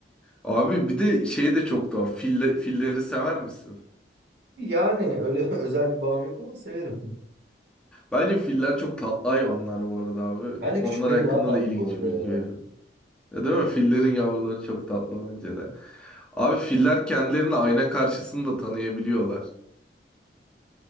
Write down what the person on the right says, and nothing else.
Yani öyle <laughs> özel bir bağım yok ama severim.
<laughs>
Bence
küçükleri
daha tatlı
bu arada
ya.